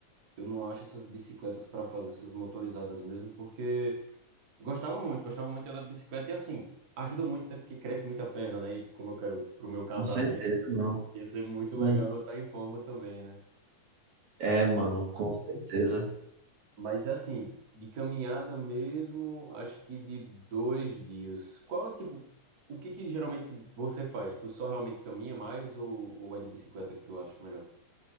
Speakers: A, on the right; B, on the right.
A: eu não acho essas bicicletas para fazer essas motorizadas mesmo, porque eu gostava muito, gostava muito de andar de bicicleta e assim, ajuda muito até porque cresce muito a perna, né? E como eu quero pro meu casamento,
B: com certeza, mano.
A: ia ser muito legal
B: Hum,
A: eu estar em forma também, né?
B: É, mano, com certeza.
A: Mas assim, de caminhada mesmo, acho que de dois dias. Qual, é tipo, o que que geralmente você faz? Tu só realmente caminha mais ou, ou é de bicicleta que tu acha melhor?